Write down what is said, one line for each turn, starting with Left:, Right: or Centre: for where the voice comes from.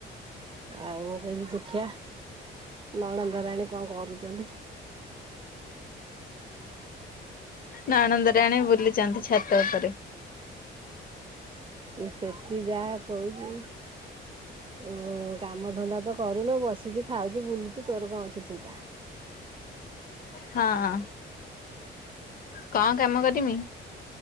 Right: ଆଉ ମୁକଇଲି ଦେଖିଆ ନଣନ୍ଦରାଣୀ କଣ କରୁଚନ୍ତି।
Left: ନଣନ୍ଦରାଣୀ ବୁଲୁଚନ୍ତି ଛାତ ଉପରେ।
Right: ଇଏ ସେଠି ଯାହା କୋଉଚୁ ଉଁ କାମ ଧନ୍ଦାତ କରୁନ ବସିଚୁ ଖାଉଚୁ ବୁଲୁଚୁ ତୋର କଣଅଛି ଚିନ୍ତା।
Left: ହଁ। କଁ କାମ କରିମି